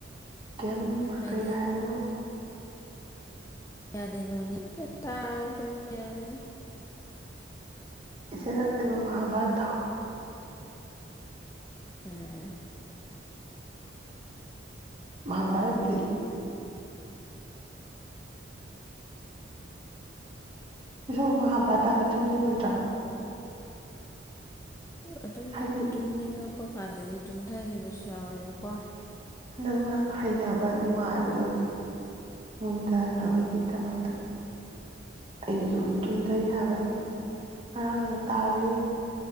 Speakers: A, on the right; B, on the left.
A: ꯀꯦꯝ
B: ꯑꯩꯗꯤ
A: ꯀꯩ ꯍꯥꯏꯕꯅꯣ
B: ꯌꯥꯗꯦ <unintelligible> ꯇꯥꯏ ꯇꯨꯝ ꯌꯥꯗꯦ
A: ꯏꯆꯦ ꯅꯪ ꯀꯩꯅꯣ ꯃꯍꯥꯚꯥꯔꯠꯇꯥꯎ
B: ꯎꯝ
A: ꯃꯥꯍꯥꯚꯥꯔꯠ <unintelligible> ꯑꯃ ꯍꯥꯕ ꯇꯥꯕꯗꯨ ꯇꯨꯝꯅꯤꯪ ꯉꯣꯏꯗꯔꯥ? <unintelligible>
B: ꯑꯗꯨꯝ
A: ꯍꯥꯏꯗꯤ
B: ꯇꯨꯝꯅꯤꯡꯉꯛ ꯄ ꯀꯥꯟꯗꯗꯤ ꯇꯨꯝꯊꯈꯤꯕꯁꯨ ꯌꯥꯎꯋꯦꯕꯀꯣ꯫
A: ꯅꯪꯅ ꯍꯩꯅꯕ ꯅꯨꯡꯉꯥꯏꯕꯗꯣ ꯃꯨꯟꯊꯅꯕꯒꯤꯗꯃꯛꯇ ꯑꯩꯁꯨ
B: ꯎꯝ
A: ꯇꯝꯊꯩ ꯍꯥꯏꯕ꯫ ꯉꯔꯥꯡꯅ ꯇꯥꯔꯦ꯫